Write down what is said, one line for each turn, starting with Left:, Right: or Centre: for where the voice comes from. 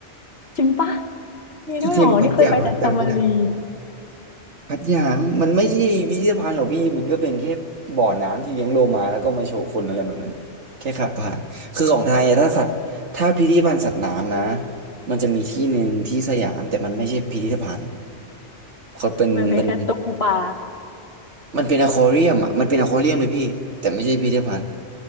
Left: จริงปะมีด้วยเหรอนี่เคยไปแต่จัมบุรีอ่ะ
Right: กรุงเทพหรือพัทยามั้งจำไม่ได้ พัทยามันไม่ใช่พิพิธภัณฑ์หรอกพี่มันก็เป็นแค่บ่อน้ำที่เลี้ยงโลมาแล้วก็มาโชว์คนอะไรแบบนั้นแค่ขับผ่านคือของไทยอะถ้าสัตว์ถ้าพิพิธภัณฑ์สัตว์น้ำนะมันจะมีที่หนึ่งที่สยามแต่มันไม่ใช่พิพิธภัณฑ์เขาเป็นเป็น
Left: มันไปแค่ตู้ปลา
Right: มันเป็นอควาเรียมอ่ะมันเป็นอควาเรียมเลยพี่แต่ไม่ใช่พิพิธภัณฑ์